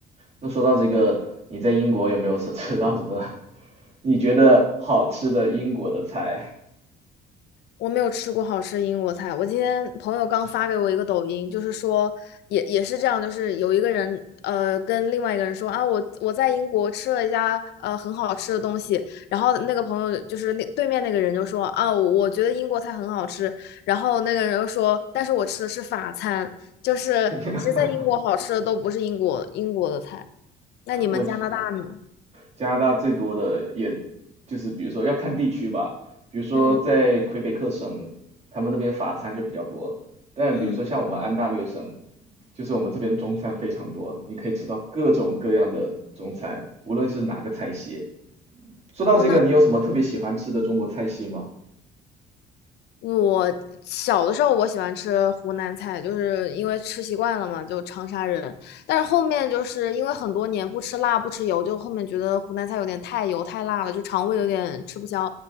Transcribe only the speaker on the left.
我没有吃过好吃英国菜。我今天朋友刚发给我一个抖音，就是说也也是这样，就是有一个人呃跟另外一个人说啊，我我在英国吃了一家呃很好吃的东西，然后那个朋友就是那对面那个人就说啊，我觉得英国菜很好吃，然后那个人又说，但是我吃的是法餐，就是其实在英国好吃的都不是英国英国的菜。
那你们加拿大呢？
嗯
嗯，
哦，那。
我小的时候我喜欢吃湖南菜，就是因为吃习惯了嘛，就长沙人。但是后面就是因为很多年不吃辣不吃油，就后面觉得湖南菜有点太油太辣了，就肠胃有点吃不消。